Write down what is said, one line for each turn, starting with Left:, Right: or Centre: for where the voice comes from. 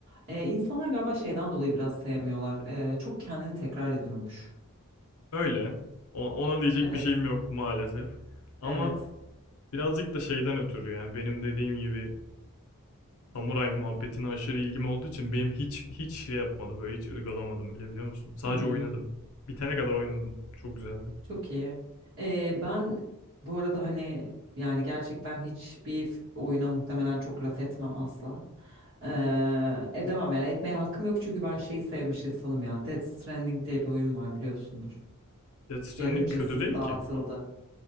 Right: E, insanlar galiba şeyden dolayı biraz sevmiyorlar. E, çok kendini tekrar ediyormuş.
Left: Öyle. ona diyecek
Right: Evet,
Left: bir şeyim yok maalesef. Ama
Right: evet.
Left: birazcık da şeyden ötürü yani benim dediğim gibi samuray muhabbetine aşırı ilgim olduğu için benim hiç hiç şey yapmadı böyle hiç ırgalamadım bile biliyor musun? Sadece
Right: Hmm,
Left: oynadım. Bitene kadar oynadım. Çok güzeldi.
Right: çok iyi. Ee, ben bu arada hani yani gerçekten hiçbir f- oyuna muhtemelen çok laf etmem asla. Ee, edemem yani etmeye hakkım yok çünkü ben şeyi sevmiş insanım ya. Death Stranding diye bir oyun var biliyorsundur.
Left: Death Stranding
Right: Bir ara ücretsiz
Left: kötü değil
Right: dağıtıldı.
Left: ki.